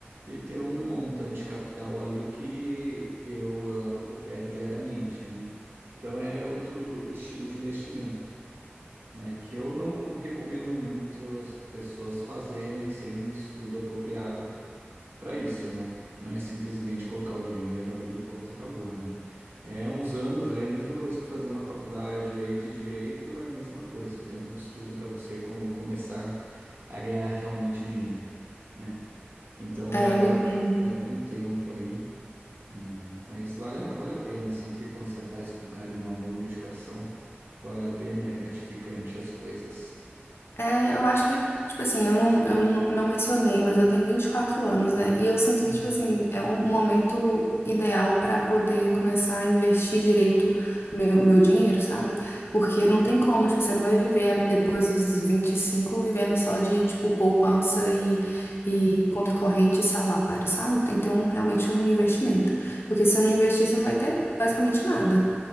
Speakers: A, on the right; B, on the left.
A: e tem um montante de capital ali que eu ah, opero diariamente, né? Então é outro estilo de investimento, né? Que eu não recomendo muito as pessoas fazerem sem um estudo apropriado para isso, né? Não é simplesmente colocar o dinheiro ali e pronto, acabou, né? É uns anos aí, a mesma coisa que fazer uma faculdade aí de direito, é a mesma coisa, o tempo de estudo para você com- começar a ganhar realmente dinheiro, né? Então
B: É,
A: leva
B: eu entendo.
A: leva um tempo aí, né? Mas vale, a- vale a pena, sempre quando você faz com carinho, amor, dedicação, vale a pena, é gratificante as coisas.
B: É, eu acho que, tipo assim, eu não, eu não não mencionei, mas eu tenho 24 anos, né? E eu sinto
A: Uhum.
B: que, tipo assim, é um momento ideal pra poder começar a investir direito meu, meu dinheiro, sabe? Porque não tem como, tipo, você não vai viver a- depois dos 25 vivendo só de, tipo, poupança e, e conta corrente e salário, sabe? Tem que ter um, realmente um investimento. Porque se você não investir, você não vai ter basicamente nada.